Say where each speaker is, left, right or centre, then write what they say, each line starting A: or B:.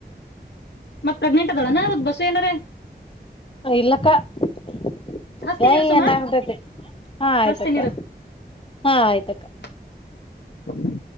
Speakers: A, on the left (about 90°); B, on the left (about 30°).
A: ಮತ್ ಪ್ರೆಗ್ನೆಂಟ್ ಅದಳಾನಾ ಅವತ್ ಬಸು ಏನಾರೆ.
B: ಇಲ್ಲಕ್ಕ. <unintelligible>
A: ಹಸ್ತೀನಿ ಇರು ಸುಮ
B: ಹಾ ಆಯ್ತಕ್ಕ
A: ಹಸ್ತೀನಿ ಇರು.
B: ಹಾ ಆಯ್ತಕ್ಕ.
A: <inaudible>